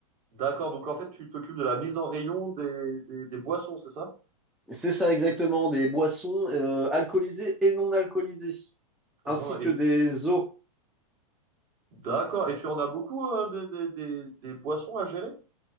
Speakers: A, on the right; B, in the centre.
A: D'accord, donc en fait, tu t'occupes de la mise en rayon des, des, des boissons, c'est ça?
B: C'est ça exactement, des boissons euh, alcoolisées et non alcoolisées,
A: Ah,
B: ainsi que
A: et
B: des eaux.
A: D'accord. Et tu en as beaucoup euh, de- de- des des boissons à gérer?